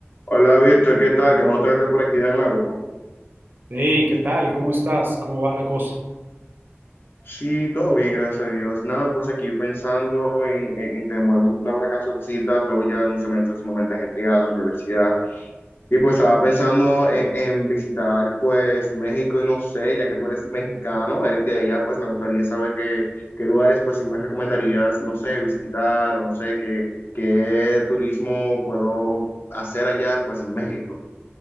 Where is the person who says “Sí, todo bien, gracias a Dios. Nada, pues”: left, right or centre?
Left